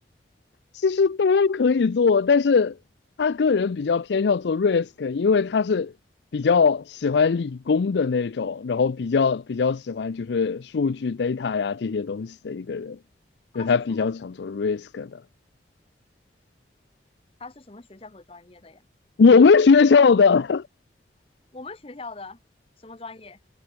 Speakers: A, on the left; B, on the left.
A: 其实都可以做，但是他个人比较偏向做 risk，因为他是比较喜欢理工的那种，然后比较比较喜欢就是数据 data 呀这些东西的一个人，
B: 他是什么？
A: 就他比较想做 risk 的。
B: 他是什么学校和专业的呀？
A: 我们学校的，
B: 我们学校的什么专业？